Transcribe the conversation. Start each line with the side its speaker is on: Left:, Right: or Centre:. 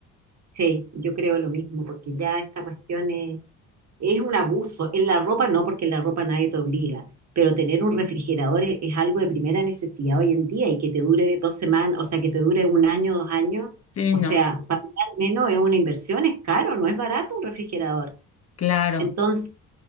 Right: Sí, yo creo lo mismo, porque ya esta cuestión es, es un abuso. En la ropa no, porque en la ropa nadie te obliga, pero tener un refrigerador es, es algo de primera necesidad hoy en día y que te dure dos semanas, o sea, que te dure un año, dos años,
Left: Sí,
Right: o
Left: no,
Right: sea, para mí al menos es una inversión, es caro, no es barato un refrigerador.
Left: claro.
Right: entonces